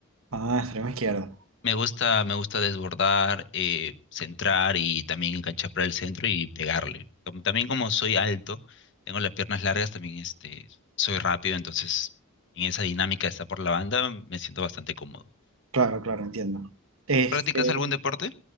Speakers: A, on the right; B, on the left.
A: Ah, extremo izquierdo.
B: Me gusta, me gusta desbordar, eh, centrar y también enganchar para el centro y pegarle. Como- también como soy alto, tengo las piernas largas, también este, soy rápido, entonces en esa dinámica de estar por la banda me siento bastante cómodo.
A: Claro, claro, entiendo. Este,
B: ¿Tú practicas algún deporte?